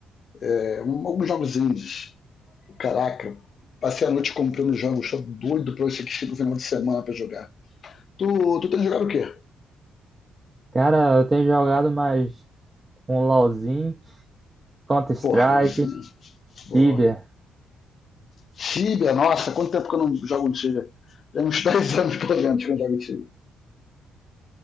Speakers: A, on the left; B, on the right.
A: É, um- alguns jogos indies. Caraca, passei a noite comprando jogos, tô doido pra eu assistir no final de semana pra jogar. Tu, tu tem jogado o quê?
B: Cara, eu tenho jogado mais um LoLzinho, Counter-Strike,
A: Porra, LOLzinho. Boa.
B: Tibia.
A: Tibia, nossa, quanto tempo que eu não jogo Tibia? Tem uns <laughs> 10 anos, pelo menos, que eu não jogo Tibia.